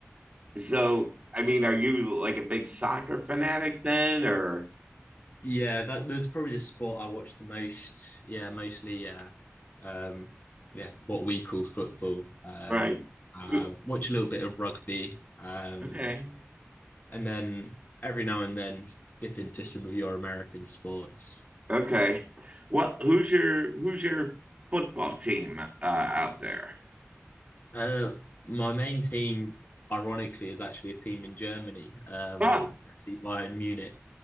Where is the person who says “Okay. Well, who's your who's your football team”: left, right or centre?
Right